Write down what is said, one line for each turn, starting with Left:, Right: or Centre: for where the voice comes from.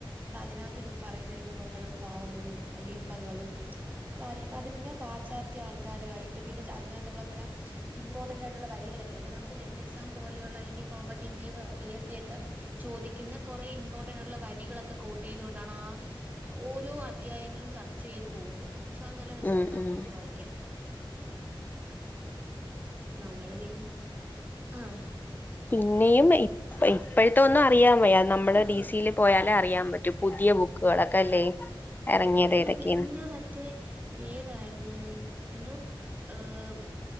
Right: അപ്പൊ അതിനകത്ത് രൂ പറയുന്ന രൂപങ്ങളും ഭാവങ്ങളും ബിംബങ്ങളും കാര് ഇപ്പൊ അത് പിന്നെ പാശ്ചാത്യ ആൾക്കാരുവായിട്ട് പിന്നെ അതിനകത്തുള്ള പല ഇമ്പോർട്ടന്റ് ആയിട്ടുള്ള വരികളൊക്കെ ഇപ്പൊ നമുക്ക് നെറ്റ് എക്സാം പോലെയുള്ള അല്ലെങ്കിൽ കോമ്പറ്റേറ്റീവ് പി എസ് സി ഒക്കെ ചോദിക്കുന്ന കുറേ ഇമ്പോർട്ടന്റായിട്ടുള്ള വരി ഒക്കെ കോട്ട് ചെയ്തുകൊണ്ടാണ് ആഹ് ഓരോ അധ്യായങ്ങളിലും ചർച്ച ചെയ്ത് പോകുന്നത് പക്ഷെ അത് നല്ല രസവുണ്ട്
Left: ഉം
Right: ആഹ്
Left: ഉം
Right: ബുക്ക് വായിക്കാൻ നമ്മള് പിന്നെ ആഹ്
Left: പിന്നെയും ഏ ഇപ്പോഴത്തെ ഒന്നും അറിയാൻ വയ്യാ നമ്മള് ഡിസീല് പോയാലേ അറിയാൻ പറ്റു പുതിയ ബുക്കുകളൊക്കെ അല്ലേ ഇറങ്ങിയത്
Right: ആഹ്
Left: ഏതൊക്കെയാണ്
Right: പിന്നെ മറ്റേ ഏതായിരുന്നു എന്തോ ആഹ്